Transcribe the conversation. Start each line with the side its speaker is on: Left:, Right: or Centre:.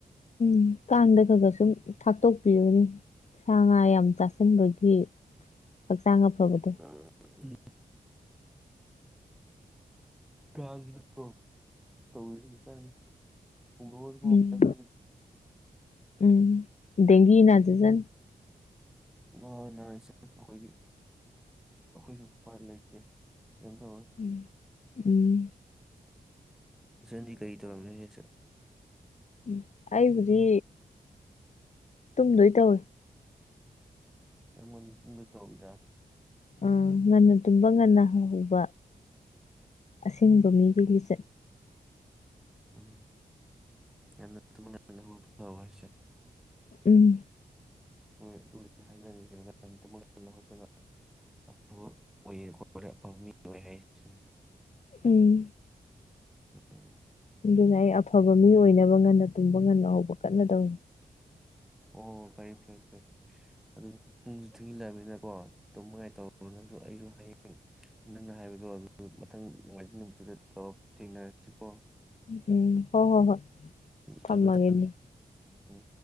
Left: ꯎꯝ ꯇꯥꯡꯗ ꯈꯥꯒ ꯈꯥꯒ ꯁꯨꯝ ꯊꯥꯛꯇꯣꯛ ꯄꯤꯌꯨꯅꯤ ꯁꯥ ꯉꯥ ꯌꯥꯝ ꯆꯥꯁꯤꯟꯕꯒꯤ ꯍꯛꯆꯥꯡ ꯑꯐꯥꯕꯗꯣ
Centre: ꯑ ꯎꯝ ꯀꯥꯡ ꯒꯅꯤꯀꯣ ꯑꯗꯨꯝ ꯅꯣꯏꯔꯣꯝ
Left: ꯎꯝ
Centre: ꯆꯪꯉꯦ
Left: ꯎꯝ ꯗꯦꯡꯒꯤ ꯅꯖꯥꯖꯟ
Centre: ꯅꯨꯡꯉꯥꯏ ꯅꯨꯡꯉꯥꯏ ꯑꯩꯈꯣꯏꯗꯤ ꯑꯩꯈꯣꯏꯁꯨ ꯐ ꯂꯩꯇꯦ ꯀꯩꯝ ꯊꯣꯛꯑꯣꯏ
Left: ꯎ ꯎꯝ
Centre: ꯏꯆꯟꯗꯤ ꯀꯔꯤ ꯇꯧꯔꯝꯃꯤꯅꯣ ꯍꯧꯖꯤꯛꯁꯦ
Left: ꯎ ꯑꯩꯕꯨꯗꯤ ꯇꯨꯝꯗꯣꯏ ꯇꯧꯔꯤ
Centre: ꯌꯥꯝ ꯉꯟꯅ ꯇꯨꯝꯗꯨꯏ ꯇꯧꯋꯤꯗ
Left: ꯑꯥ ꯉꯟꯅ ꯇꯨꯝꯕ ꯉꯟꯅ ꯍꯧꯕ ꯑꯁꯦꯡꯕ ꯃꯤꯒꯤ ꯂꯤꯆꯠꯅꯤ
Centre: ꯎꯝ ꯌꯥꯝꯅ ꯇꯨꯝꯕ ꯉꯟꯅ ꯍꯧꯒꯠꯄ ꯐꯕ ꯍꯥꯏꯁꯦ
Left: ꯎꯝ
Centre: ꯍꯣꯏ ꯑꯗꯨ ꯍꯥꯏꯅꯔꯤꯝꯅꯤ ꯀꯩꯅꯣꯅꯦ ꯉꯟꯅ ꯇꯨꯝꯕ ꯉꯟꯅ ꯍꯧꯒꯠꯄ ꯑ ꯑꯣꯏꯌꯦ ꯈꯣꯠꯂꯦ ꯑꯐꯥꯕ ꯃꯤ ꯑꯣꯏ ꯍꯥꯏꯁꯤꯅꯤ
Left: ꯎꯝ
Centre: ꯎꯝ
Left: ꯑꯗꯨꯅꯦ ꯑꯩ ꯑꯐꯕ ꯃꯤ ꯑꯣꯏꯅꯕ ꯉꯟꯅ ꯇꯨꯝꯕ ꯉꯟꯅ ꯍꯧꯕ ꯀꯟꯅꯇꯧꯔꯤ
Centre: ꯑꯣ ꯐꯩ ꯐꯩ ꯐꯩ ꯑꯗꯨ ꯄꯨꯡꯁꯨ ꯊꯦꯡꯖꯤꯜꯂꯛꯕꯅꯤꯀꯣ ꯇꯨꯝꯅꯤꯉꯥꯏ ꯇꯧꯔꯣ ꯅꯪꯁꯨ ꯑꯩꯁꯨ ꯍꯌꯦꯡ ꯅꯪꯅ ꯍꯥꯏꯕꯗꯣ ꯑꯗꯨ ꯃꯊꯪ ꯅꯣꯡꯃꯥꯏꯖꯤꯡ ꯅꯨꯃꯤꯠꯇꯨꯗ ꯇꯧꯔ ꯊꯦꯡꯅꯥꯔꯁꯤꯀꯣ
Left: ꯎꯝ ꯍꯣꯏ ꯍꯣꯏ ꯍꯣꯏ ꯊꯝꯃꯒꯦꯅꯦ
Centre: ꯊꯝꯃꯦ ꯊꯝꯃꯦ ꯎꯝ